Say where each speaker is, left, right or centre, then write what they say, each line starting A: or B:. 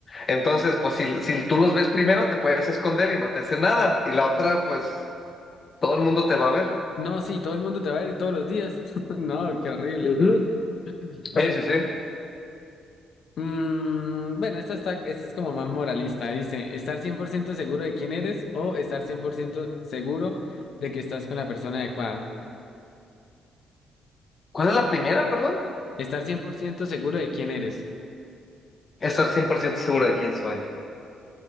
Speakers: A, on the left; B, on the left.
A: Entonces, pues si, si tú los ves primero, te puedes esconder y no te hace nada. Y la otra, pues todo el mundo te va a ver.
B: No, sí, todo el mundo te va a ver todos los días. <laughs> No, qué horrible.
A: Ujú.
B: <laughs>
A: Sí, sí, sí.
B: Mm, bueno, esta, está, esta es como más moralista. Dice, estar 100% seguro de quién eres o estar 100% seguro de que estás con la persona adecuada.
A: ¿Cuál es la primera, perdón?
B: Estar 100% seguro de quién eres.
A: Estoy 100% seguro de quién soy.